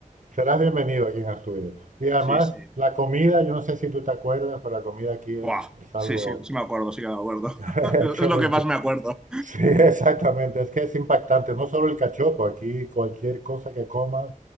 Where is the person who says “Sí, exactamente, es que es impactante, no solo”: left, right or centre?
Right